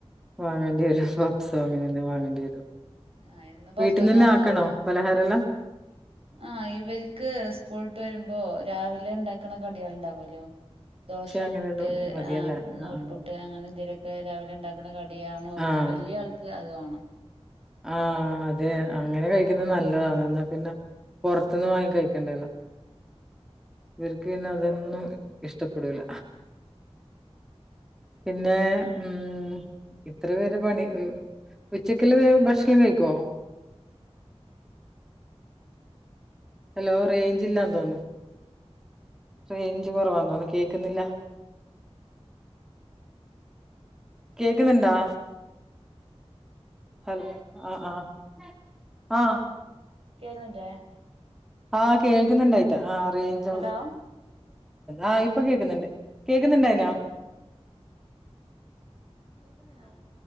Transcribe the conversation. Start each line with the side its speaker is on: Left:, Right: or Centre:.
Centre: വാങ്ങെണ്ടി
Right: ആഹ്
Centre: വരും പപ്സോ അങ്ങനെ ലും വാങ്ങെണ്ടി വരും
Right: ആഹ് എന്നും പൊറത്ത്ന്ന്
Centre: വീട്ടിന്നെന്നെ
Right: വാങ്ങാവോ
Centre: ആക്കണോ പലഹാരെല്ലാം
Right: ആഹ് ഇവര്ക്ക് സ്കൂൾട്ട് വെര്മ്പോ രാവിലെ ണ്ടാക്ക്‌ണ കട്യൾ ണ്ടാവുല്ലോ ദോശ
Centre: അങ്ങനെയെല്ലാം
Right: പുട്ട്
Centre: മതിയല്ലേ
Right: ആ നൂൽപുട്ട്
Centre: ആഹ്
Right: അങ്ങനെ ന്തേലൊക്കെ രാവിലെ ണ്ടാക്ക്‌ണ കടിയണോൽ
Centre: ആഹ്
Right: ൽ വല്ല്യ ആൾക്ക് അത് വേണം
Centre: ആഹ് അതെ അങ്ങനെ കഴിക്കിന്ന നല്ലതാണ് എന്നാ പിന്നെ പൊർത്ത്ന്ന് വാങ്ങി കഴിക്കേണ്ടെല്ലോ വര്ക്ക് പിന്ന അതൊന്നും ഇഷ്ടപ്പെടൂല പിന്നേ ഉം ഇത്ര പേര് പണി ഉച്ചക്കെല്ലം ഭക് ക്ഷണം കൈക്കോ ഹലോ റേഞ്ചില്ലാ തോന്നു റേഞ്ച് കൊറവാന്തോന്നു കേക്ക്‌ന്നില്ല കേക്കുന്നുണ്ടാ ഹ ആ ആഹ് ആ
Right: കേക്ക്‌ന്നില്ലേ
Centre: ആഹ് കേൾക്കുന്നുണ്ടായ്റ്റ ആ റേഞ്ച്
Right: ഹലോ
Centre: ആ ഇപ്പൊ കേക്ക്‌ന്ന്ണ്ട് കേക്ക്‌ന്ന്ണ്ടായ്നോ
Right: ആ